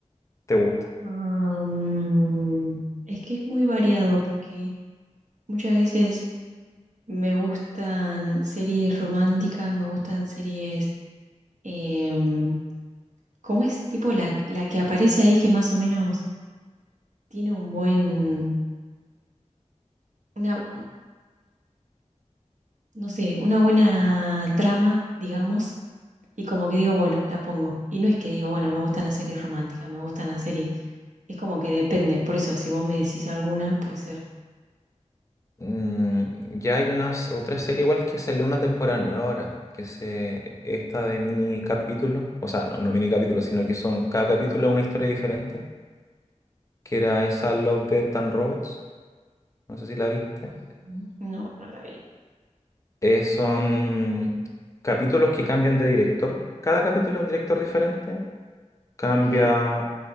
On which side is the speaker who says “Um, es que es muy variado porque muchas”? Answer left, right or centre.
Right